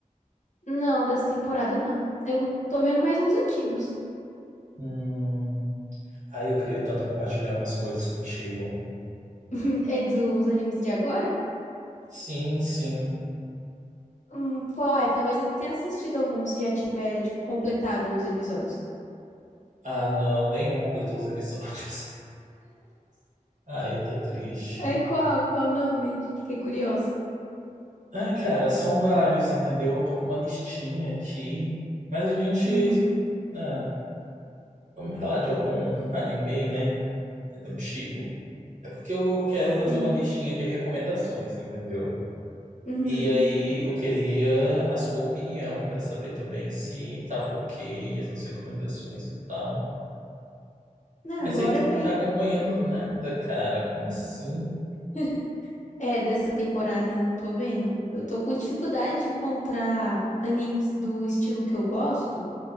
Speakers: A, on the left; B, on the right.
A: Não, dessa temporada não. Eu tô vendo mais uns antigos.
B: Hum, aí eu queria tanto compartilhar umas coisas contigo.
A: <laughs> É dos animes de agora?
B: Sim, sim.
A: Hum, qual é? Talvez eu tenha assistido algum, se já tiver, tipo, completado os episódios.
B: Ah, não, nenhum completou os episódios. <laughs> Ai, tá triste.
A: É qual? Qual o nome? Fiquei curiosa.
B: Ah, cara, são vários, entendeu? Eu tô com uma listinha aqui, mas a gente,
A: Uhum.
B: ah, vamos falar de algum anime, né? Antigo. É porque eu quero
A: Sim.
B: fazer uma listinha de recomendações, entendeu?
A: Uhum.
B: E aí eu queria a sua opinião para saber também se tava ok essas recomendações e tal.
A: Ah,
B: Mas
A: bora
B: aí tu
A: vem.
B: não tá acompanhando nada, cara. Como assim?
A: <laughs> É, dessa temporada não tô vendo. Eu tô com dificuldade de encontrar animes do estilo que eu gosto,